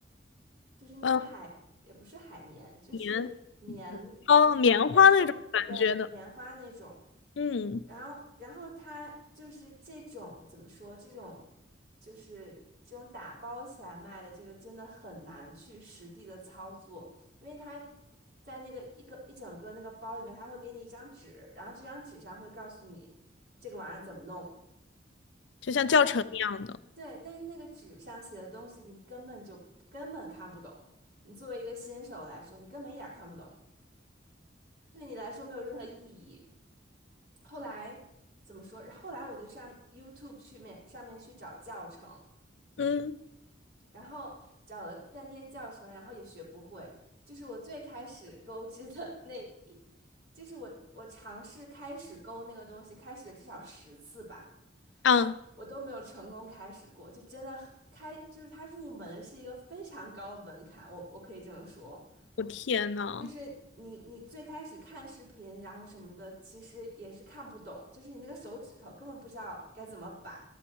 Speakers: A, on the right; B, on the left.
A: 就是那种海也不是海绵，
B: <laughs> 嗯，
A: 就是棉，
B: 棉，
A: 就是填充物，
B: 哦，棉花那种感觉的，
A: 对，棉花那种。
B: 嗯，
A: 然后，然后他就是这种怎么说？这种就是这种打包起来卖的，这个真的很难去实地的操作，因为他在那个一个一整个那个包里面，他会给你一张纸，然后这张纸上会告诉你这个玩意儿怎么弄。
B: 就像教程一样的，
A: 但对，但是那个纸上写的东西，你根本就根本看不懂。你作为一个新手来说，你根本一点儿看不懂，对你来说没有任何意义。后来怎么说？后来我就上 YouTube 去面上面去找教程，
B: 嗯，
A: 然后找了半天教程，然后也学不会。就是我最开始钩织的 <laughs> 那一，就是我我尝试开始钩那个东西，开始了至少十次吧，
B: 啊，
A: 我都没有成功开始过。就真的很开，就是它入门是一个非常高的门槛，我我可以这么说。
B: 我天呐，
A: 就是你你最开始看视频，然后什么的，其实也是看不懂，就是你那个手指头根本不知道该怎么摆，